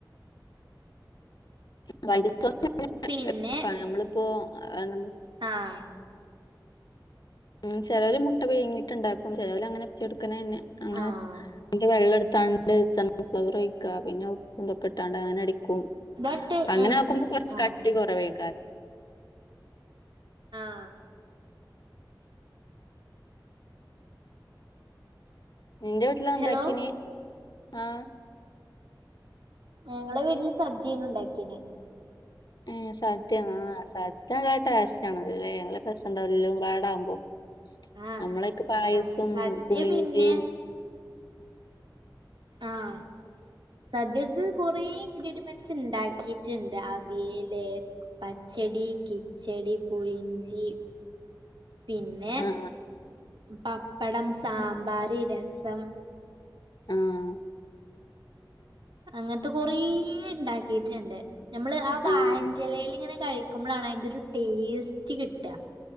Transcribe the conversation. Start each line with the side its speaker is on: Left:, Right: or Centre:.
Left: വൈറ്റ് സോസ് <unintelligible>
Right: പിന്നെ
Left: എൾപ്പാണ് നമ്മള്പ്പോ എന്താണ്.
Right: ആഹ്.
Left: ഉം ചെലോല് മുട്ട പുയ്ങ്ങിട്ട് ഇണ്ടാക്കും ചെലോല് അങ്ങനെ ച്ചോട്ക്കനെന്നെ അങ്ങനെ
Right: ആഹ്
Left: സ് അയ്‌ന്റെ വെള്ള ഇട്ത്താണ്ട് സൺഫ്ലവർ ഒഴിക്കാ പിന്നെ തൊക്കെട്ടാണ്ട് അങ്ങനെ അടിക്കും
Right: ബട്ട്
Left: അങ്ങനാക്കുമ്പൊ
Right: എന്ത്
Left: കൊർച്ച്
Right: ആഹ്
Left: കട്ടി കൊറവേക്കാരം
Right: ആഹ്
Left: നിന്റെ വീട്ടില അത്ണ്ടാക്കിന്
Right: ഹലോ
Left: ആഹ്
Right: ഞങ്ങളെ വീട്ടില് സദ്ധ്യേനു ണ്ടാക്കീനെ
Left: ഏഹ് സദ്യ ആഹ് <unintelligible> ടേസ്റ്റാണല്ലെ ലെ നല്ല രസണ്ടാവൂലെ <unintelligible>
Right: ആഹ്
Left: ഞമ്മളയ്ക്ക് പായസും
Right: ആഹ് സദ്യ
Left: പുളിഞ്ചി
Right: പിന്നെ ആഹ് സദ്യക്ക് കൊറെ ഇൻഗ്രീഡിമെൻസ് ണ്ടാക്കീറ്റ്ണ്ട് അവിയല് പ ച്ചെടി കിച്ചെടി പുളിയിഞ്ചി പിന്നെ
Left: ആ
Right: പപ്പടം സാമ്പാറ് രെസം
Left: ആഹ്
Right: അങ്ങൻത്തെ കൊറേണ്ടാക്കീറ്റ്ണ്ട് ഞമ്മള് ആ വായന്റെലേല്ങ്ങനെ
Left: ആഹ്
Right: കഴി ക്കുമ്പളാണ് അയ്ന്റൊരു ടേസ്റ്റ് കിട്ട